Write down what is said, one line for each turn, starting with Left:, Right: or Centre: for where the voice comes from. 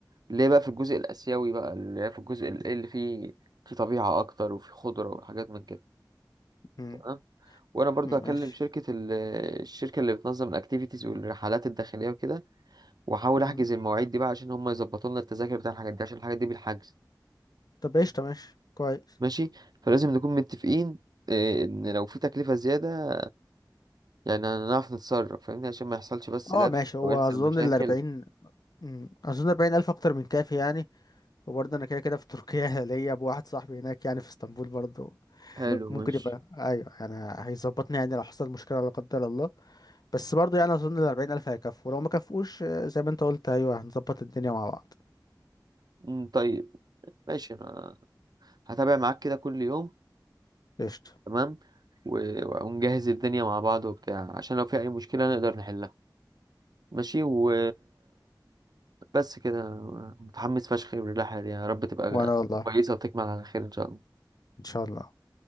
Right: اللي هي بقى في الجزء الآسيوي بقى اللي هي في الجزء اللي اللي فيه في طبيعة أكتر وفي خضرة وحاجات من كده
Left: مم.
Right: تمام وانا برضو
Left: مم،
Right: هكلم
Left: ماشي
Right: شركه ال- الشركه اللي بتنظم الاكتيفيتيز والرحلات الداخليه وكده واحاول
Left: مم.
Right: احجز المواعيد دي بقى عشان هم يظبطوا لنا التذاكر بتاع الحاجات دي عشان الحاجات دي بالحجز
Left: طب قشطة ماشي كويس
Right: ماشي فلازم نكون متفقين إيه، ان لو في تكلفه زياده يعني هنعرف نتصرف فاهمني عشان ما يحصلش بس
Left: اه
Right: لبس
Left: ماشي هو
Right: او يحصل
Left: أظن
Right: مشاكل
Left: الأربعين مم، أظن أربعين ألف أكتر من كافي يعني وبرضه أنا كده كده في تركيا <laughs> ليا أبو واحد صاحبي هناك يعني في اسطنبول برضه
Right: حلو
Left: ممكن
Right: ماشي
Left: يبقى ايوه يعني هيظبطني يعني لو حصل مشكله لا قدر الله بس برضو يعني اظن ال 40000 هيكفوا لو ما كفوش آه، زي ما انت قلت ايوه هنظبط الدنيا مع بعض
Right: أمم، طيب ماشي انا هتابع معاك كده كل يوم
Left: قشطه
Right: تمام و- ونجهز الدنيا مع بعض وبتاع عشان لو في اي مشكله نقدر نحلها ماشي و بس كده متحمس فشخ للرحلة دي يا رب تبقى
Left: وانا والله
Right: كويسة وتكمل على خير إن شاء الله
Left: ان شاء الله